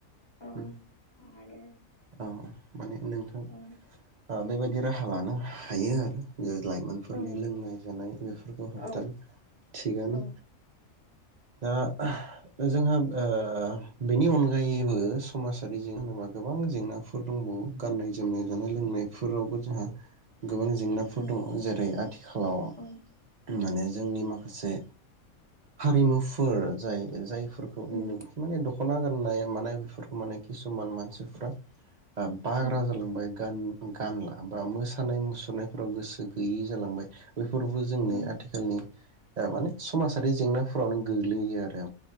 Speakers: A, on the left; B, on the right.
A: औ
B: उम
A: आरो
B: औ माने नोंथां
A: ओ
B: ओ बेबायदि राहा लानो हायो आरो ओ लाइमोनफोरनि
A: औ
B: लोंनाय जानाय बेफोरखौ होबथानो
A: औ
B: थिगानो
A: औ
B: दा जोंहा ओ बेनि अनगायैबो समाजारि जेंना होनोबा गोब बां जेंनाफोर दंबावो गाननाय जोमनाय जानाय लोंनायफोरावबो जोंहा गोबां जेंनाफोर
A: औ
B: दङ जेरै आथिखालाव
A: औ
B: माने जोंनि माखासे हारिमुफोर जाय जाय फोरखौ
A: उम
B: नो माने दख खना गाननाय मानाय बेफोरखौ माने किसुमान मानसि फोरा आ बाग्रा
A: उम
B: जालांबाय गान गानला बा मोसा सानाय मुसुरनायफोराव गोसो गैयै जालांबाय बैफोरबो जोंनि
A: उम
B: आथिखालनि ओ माने समाजारि जेंनाफोरावनो गोग्लैयो आरो